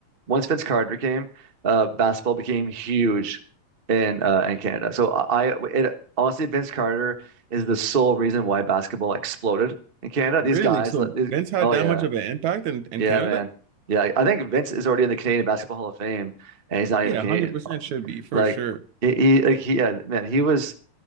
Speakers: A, on the right; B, on the right.
A: once Vince Carter came, uh, basketball became huge in uh, in Canada. So I I- it, honestly, Vince Carter is the sole reason why basketball exploded in Canada.
B: Really?
A: These guys,
B: So
A: let- these,
B: Vince had
A: oh
B: that
A: yeah,
B: much of an impact in, in
A: yeah,
B: Canada?
A: man, yeah. I I think Vince is already in the Canadian Basketball Hall of Fame, and he's not
B: Yeah,
A: even Canadian.
B: 100% should be for
A: Like
B: sure.
A: he, he like he, yeah, man, he was